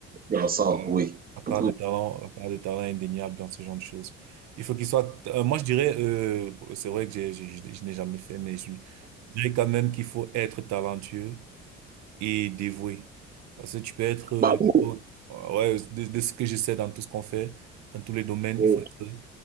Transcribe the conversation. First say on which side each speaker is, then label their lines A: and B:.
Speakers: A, on the right; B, on the right.
A: faire ensemble,
B: ah ouais.
A: oui.
B: À part
A: Pour
B: des
A: que...
B: talents, à part des talents indéniables dans ce genre de choses. Il faut qu'il soit, euh, moi je dirais, euh, c'est vrai que j'ai, j'ai- j'ai- je n'ai jamais fait, mais je, dirais quand même qu'il faut être talentueux et dévoué. Parce que tu peux être, euh,
A: bah,
B: tu
A: oui,
B: peux- euh, ouais, de, de ce que je sais dans tout ce qu'on fait, dans tous les domaines,
A: oui,
B: il faut être,